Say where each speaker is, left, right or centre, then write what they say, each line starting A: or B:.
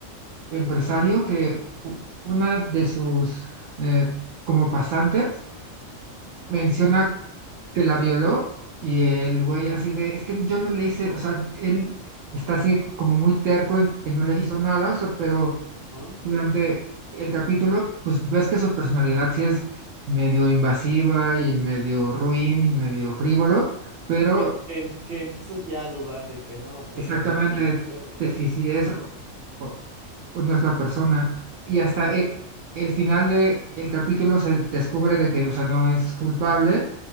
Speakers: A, on the right; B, on the right.
A: empresario que u- una de sus eh, como pasantes menciona que la violó y el güey así de, es que yo no le hice, o sea, él está así como muy terco en que no le hizo nada, o sea, pero
B: ¿Ah?
A: durante el capítulo, pues ves que su personalidad sí es medio invasiva y medio ruin y medio frívolo, pero
B: Que, que- que empiezas ya a dudar de que no, pues
A: exactamente
B: a lo mejor y sí puede,
A: te- si
B: ¿eh?
A: si es o, o- o no es la persona. Y hasta e- el, final de el capítulo se descubre de que, o sea, no es culpable